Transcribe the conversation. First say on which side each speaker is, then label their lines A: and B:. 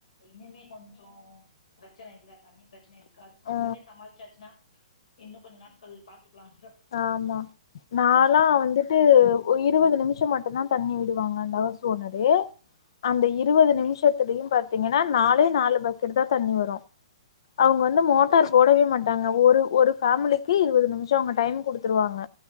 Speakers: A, on the left (about 85°); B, on the left (about 50°).
A: இனிமே கொஞ்சோ பிரச்சன இல்ல தண்ணி பிரச்சன இருக்காது சம்மரே
B: ஆ
A: சம்மாளிசாச்சுன்னா இன்னும் கொஞ்சம் நாட்கள் பாத்துக்கலாம்
B: ஆமா நாலா வந்துட்டு இருபது நிமிஷம் மட்டும்தான் தண்ணி விடுவாங்க அந்த ஹவுஸ் ஓனரு அந்த
A: ஓகே.
B: இருபது நிமிஷத்துலயும் பாத்தீங்கன்னா நாலே நாலு பக்கெட் தான் தண்ணி வரும் அவங்க
A: அச்சச்சோ!
B: வந்து மோட்டார் போடவே மாட்டாங்க ஒரு ஒரு ஃபேமிலிக்கு இருபது நிமிஷம் அவங்க டைம் கொடுத்துருவாங்க